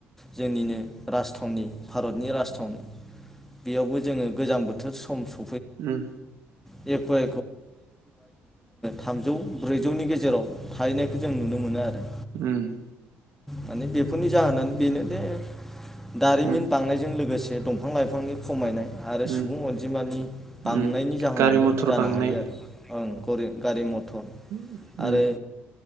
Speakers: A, in the centre; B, on the right (about 65°).
A: जोंनिनो राजथावनि भारतनि राजथावनि बेयावबो जोङो गोजां बोथोर सम स
B: उम
A: <unintelligible> जोङो थामजौ ब्रैजौनि गेजेराव थाहैनायखौ जों नुनो मोनो आरो
B: उम
A: माने बेफोरनि जाहोनानो बेनो दे दारिमिन
B: उम
A: बांनायजों लोगोसे ए दंफां लाइफांनि खमायनाय
B: उम
A: आरो सुबुं अनजिमानि बांनायनि
B: उम
A: जाहोनावबो
B: गारि मथर
A: जानो
B: बांनाय
A: हायो आरो ओं गरि गारि मथर
B: उम
A: आरो